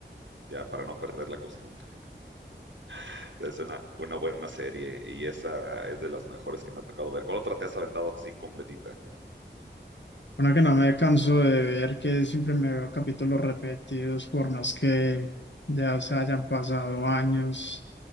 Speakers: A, on the right (about 80°); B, on the left (about 70°).
A: ya para no perder la costumbre. <laughs> Es una, una buena serie y esa es de las mejores que me ha tocado ver. ¿Cuál otra te has aventado así completita?
B: Una que no me canso de ver, que siempre me veo capítulos repetidos, por más que ya se hayan pasado años,